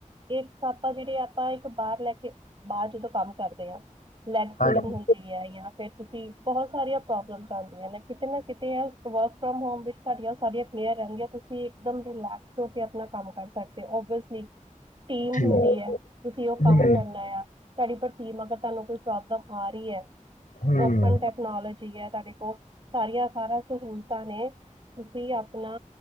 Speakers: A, on the right; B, on the left.
A: ਇੱਕ ਆਪਾਂ ਜੇੜੇ ਆਪਾਂ- ਬਾਰ ਲੈ ਕੇ। ਬਾਰ ਜਦੋਂ ਕੰਮ ਕਰਦੇ ਆਂ। ਲੈਗ ਪੂਲਿੰਗ
B: ਹਾਂਜੀ
A: ਹੁੰਦੀ ਐ ਜਾਂ ਫੇਰ ਤੁਸੀਂ ਬਹੁਤ ਸਾਰੀਆਂ ਪ੍ਰੋਬਲਮਸ ਆਂਦੀਆਂ ਨੇ ਕਿਤੇ ਨਾ ਕਿਤੇ ਐ ਤ ਵਰਕ ਫਰੋਮ ਹੋਮ ਵਿੱਚ ਸਾਡੀਆਂ ਸਾਡੀਆਂ ਕਲੇਅਰ ਰੇਂਦੀਆਂ। ਤੁਸੀਂ ਇੱਕਦਮ ਰਿਲੈਕਸਡ ਹੋ ਕੇ ਆਪਣਾ ਕੰਮ ਕਰ ਸਕਦੇ ਓ। ਓਵ ਬਸ ਠੀਕ। ਟੀਮ
B: ਠੀਕ
A: ਹੁੰਦੀ ਐ। ਤੁਸੀਂ ਓ
B: ਹੂੰ
A: ਕੰਮ ਕਰਨਾ ਆ ਤਾਡੀ ਪਰ ਟੀਮ ਅਗਰ ਤਾਨੂੰ ਕੋਈ- ਪ੍ਰੋਬਲਮ ਆ ਰਹੀ ਹੈ
B: ਹੂੰ
A: ਓਪਨ ਟੈਕਨੋਲੋਜੀ ਹੈ ਤੁਹਾਡੇ ਕੋਲ ਸਾਰੀਆਂ ਸਾਰਾ ਸਹੂਲਤਾਂ ਨੇ ਤੁਸੀਂ ਆਪਣਾ